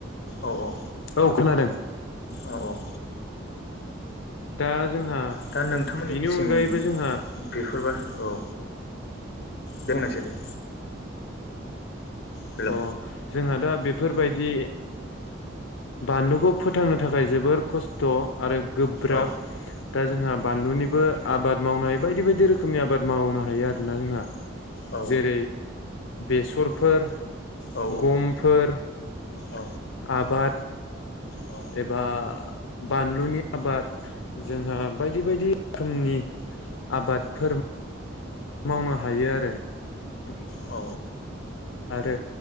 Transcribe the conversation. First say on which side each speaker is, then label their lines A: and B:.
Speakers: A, on the left (about 55°); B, on the left (about 80°).
A: औ औ
B: औ खोनादों
A: औ औ
B: दा जोंहा
A: दा नोंथांमोननिसिम
B: बेनि अनगायैबो जोंहा
A: बेफोरबा औ दोंनोसै दे हेलौ
B: अह जोंहा दा बेफोरबायदि बानलुखौ फोथांनो थाखाय जोबोर खस्थ' आरो गोब्राब
A: औ
B: दा जोंहा बानलुनिबो आबाद मावनो हायो बायदि बायदि रोखोमनि आबाद मावनो हायो आरोना जोंहा
A: औ
B: जेरै बेसरफोर
A: औ
B: गमफोर
A: औ
B: आबाद
A: औ
B: एबा बानलुनि आबाद जोंहा बायदि बायदि रोखोमनि आबादफोर मावनो हायो आरो <inaudible>
A: औ
B: आरो